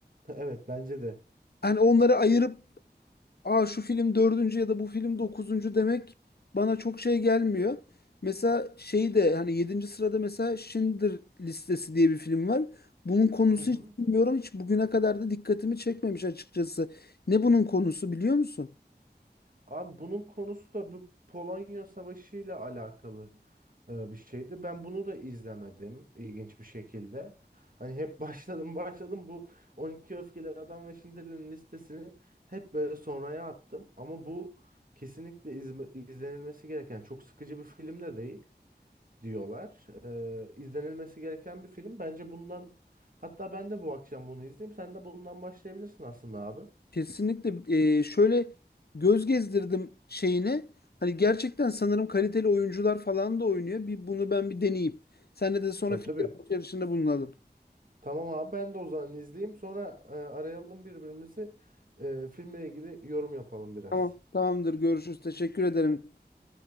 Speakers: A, on the right; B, on the left.
A: Evet bence de.
B: Hani onları ayırıp aa şu film dördüncü ya da bu film dokuzuncu demek bana çok şey gelmiyor. Mesela şey de hani yedinci sırada mesela Schindler listesi diye bir film var. Bunun konusu
A: Hı hı.
B: hiç bilmiyorum. Hiç bugüne kadar da dikkatimi çekmemiş açıkçası. Ne bunun konusu biliyor musun?
A: Abi bunun konusu da bu Polonya Savaşı ile alakalı e, bir şeydi. Ben bunu da izlemedim ilginç bir şekilde. Hani hep <laughs> başladım başladım bu 12 Öfkeli Adam ve Schindler'in listesini hep böyle sonraya attım. Ama bu kesinlikle izme- izlenilmesi gereken çok sıkıcı bir film de değil. diyorlar. Ee, izlenilmesi gereken bir film. Bence bundan hatta ben de bu akşam bunu izleyeyim. Sen de bundan başlayabilirsin aslında abi.
B: Kesinlikle e, şöyle göz gezdirdim şeyine. Hani gerçekten sanırım kaliteli oyuncular falan da oynuyor. Bir bunu ben bir deneyeyim. Senle de sonra
A: Tabii
B: fikir
A: tabii.
B: alışverişinde bulunalım.
A: Tamam abi ben de o zaman izleyeyim. Sonra e, arayalım birbirimizi. E, filmle ilgili yorum yapalım biraz.
B: Tamam, tamamdır. Görüşürüz. Teşekkür ederim.